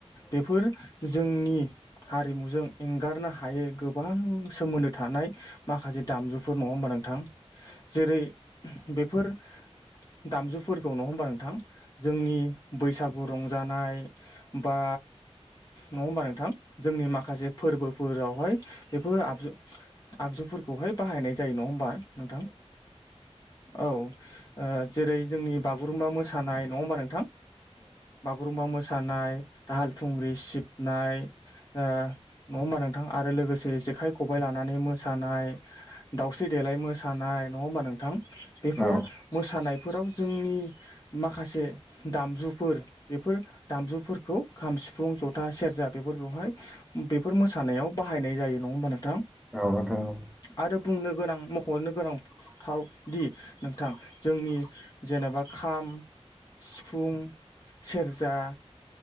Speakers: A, on the left (about 35°); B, in the centre.
A: बेफोर जोंनि हारिमुजों एंगारनो हायै गोबां सोमोनदो थानाय माखासे दामजुफोर नङा होनबा नों थां जेरै बेफोर दामजुफोरखौ नङा होमबा नोंथां जोंनि बैसागु रंजानाय बा नङा होमबा नोंथां जोंनि माखासे फोरबोफोरावहाय बेफोर आगजु आगजुफोरखौहाय बाहायनाय जायो न ङा होनबा नोंथां औ ओ जेरै जोंनि बागुरुमबा मो सानाय नङा होमबा नोंथां बागुरुम्बा मोसानाय दाहाल थुंग्रि सिबनाय ओ नङा होनबा नोंथां आरो लोगोसे जेखाय खबाइ लानानै मोसानाय दाावस्रि देलाय मोसानाय नङा होमबा नोंथां बेफोर
B: औ
A: मोसानायफोराव जोंनि माखासे दामजुफोर बेफोर दामजुफोरखौ खाम सिफुं ज'था सेरजा बे फोरखौहाय बेफोर मोसानायाव बाहायनाय जायो नङा होमबा नोंथां
B: औ नोंथां औ
A: आरो बुंनो गोनां मख'नो गोनांथावदि नोंथां जोंनि जेनेबा खाम सिफुं सेरजा